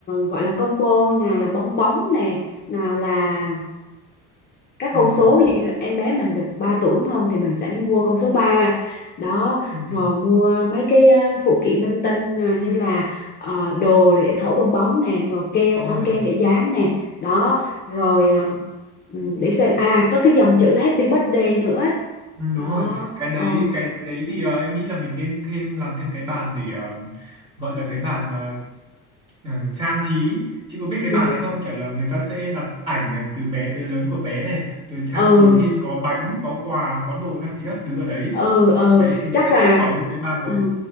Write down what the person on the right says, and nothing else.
Ừ.
Ừ.
Đúng
rồi.
Ừ, đúng
rồi cái đấy
cái đấy thì ờ, em nghĩ là mình nên thêm làm thêm cái bàn để ờ, gọi là cái bàn ờ, ờ, trang trí chị có biết cái bàn
này không kiểu là người ta sẽ đặt ảnh này từ bé tới lớn của bé này rồi trang
trí thêm có bánh có quà có đồ trang trí các thứ ở đấy
đấy mình
sẽ
bỏ lên cái bàn
đấy